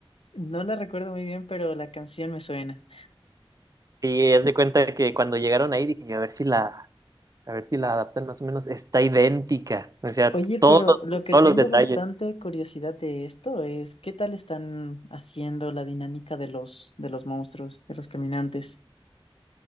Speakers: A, on the left; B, on the right.
A: No la recuerdo muy bien, pero la canción me suena.
B: Y haz de cuenta que cuando llegaron ahí dije, yo, a ver si la, a ver si la adaptan más o menos, está idéntica. O sea,
A: Oye,
B: todos,
A: pero lo que
B: todos
A: tengo
B: los detalles
A: bastante curiosidad de esto es qué tal están haciendo la dinámica de los de los monstruos, de los caminantes.